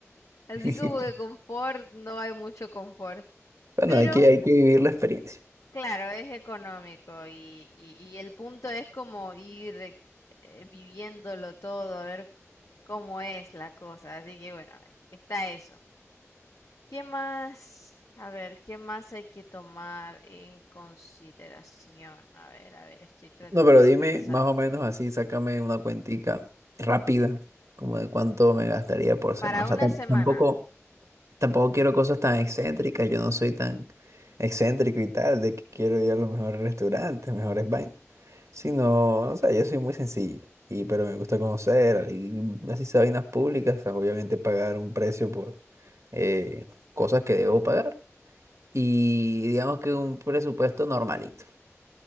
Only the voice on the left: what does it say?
así
como que confort, no hay mucho confort.
Pero,
claro, es económico y, y, y el punto es como ir eh, viviéndolo todo, a ver cómo es la cosa. Así que bueno, está eso. ¿Qué más? A ver, ¿qué más hay que tomar en consideración? A ver, a ver, estoy tratando
de
pensar.
Para
una
semana.